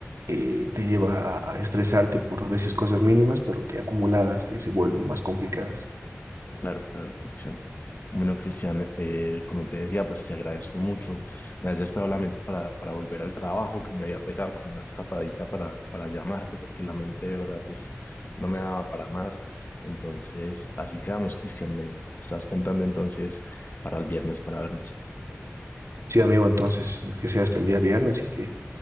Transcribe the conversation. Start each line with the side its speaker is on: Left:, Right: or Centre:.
Right: eh, te lleva a, a estresarte por a veces cosas mínimas, pero que acumuladas eh, se vuelven más complicadas.
Left: Claro, claro, Cristian. Bueno, Cristian, eh, como te decía, pues te agradezco mucho. Me has despejado la mente para, para volver al trabajo, que me había pegado como una escapadita para, para llamarte, porque la mente de verdad, pues no me daba para más. Entonces, así quedamos, Cristian. Me estás contando entonces para el viernes para vernos.
Right: Sí, amigo, entonces, que sea hasta el día viernes y que